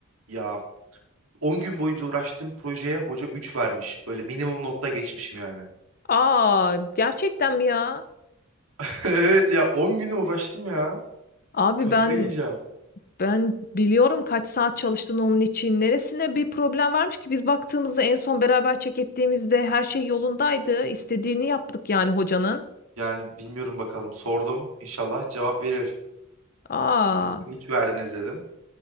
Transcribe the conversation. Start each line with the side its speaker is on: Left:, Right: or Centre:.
Right: Ya 10 gün boyunca uğraştığım projeye hoca 3 vermiş. Böyle minimum notta geçmişim yani.
Left: Aa, gerçekten mi ya?
Right: <laughs> Evet ya 10 güne uğraştım ya.
Left: Abi
Right: Kafayı
Left: ben
Right: yiyeceğim.
Left: ben biliyorum kaç saat çalıştın onun için. Neresine bir problem varmış ki biz baktığımızda en son beraber çek ettiğimizde her şey yolundaydı. İstediğini yaptık yani hocanın.
Right: Yani bilmiyorum bakalım sordum. İnşallah cevap verir.
Left: Aa,
Right: Dedim, Niye 3 verdiniz dedim.